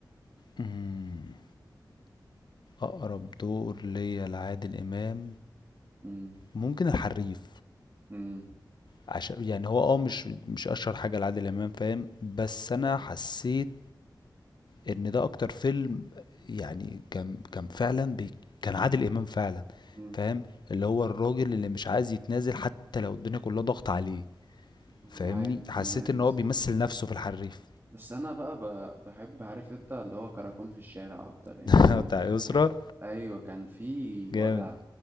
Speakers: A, on the left; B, on the right.
A: مم. اقرب دور ليا لعادل امام
B: امم
A: ممكن الحريف
B: امم
A: عشان يعني هو اه مش مش اشهر حاجه لعادل امام فاهم بس انا حسيت ان ده اكتر فيلم يعني كان كان فعلا بي كان عادل امام فعلا
B: امم
A: فاهم اللي هو الراجل اللي مش عايز يتنازل حتى لو الدنيا كلها ضغط عليه
B: أنا
A: فاهمني
B: معاك
A: حسيت
B: أنا معاك
A: ان
B: بس
A: هو بيمثل نفسه في الحريف
B: بس أنا بقى ب- بحب عارف أنت اللي هو كراكون في الشارع أكتر يعني
A: <laughs>
B: كان
A: بتاع يسرا
B: أيوه كان في
A: جامد
B: وجع